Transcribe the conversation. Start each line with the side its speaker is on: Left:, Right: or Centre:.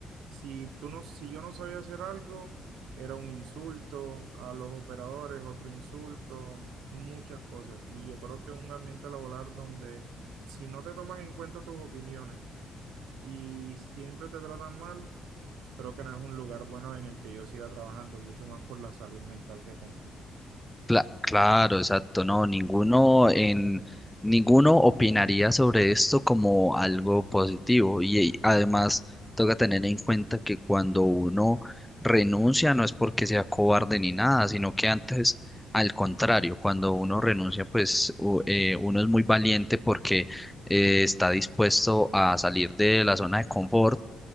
Right: si tú no, si yo no sabía hacer algo, era un insulto a los operadores, otro insulto, muchas cosas. Y yo creo que un ambiente laboral donde si no te toman en cuenta tus opiniones y siempre te tratan mal, creo que no es un lugar bueno en el que yo siga trabajando, mucho más por la salud mental que tengo.
Centre: Cla- claro, exacto, no, ninguno en ninguno opinaría sobre esto como algo positivo y, y además toca tener en cuenta que cuando uno renuncia no es porque sea cobarde ni nada, sino que antes al contrario, cuando uno renuncia pues u- eh, uno es muy valiente porque eh, está dispuesto a salir de la zona de confort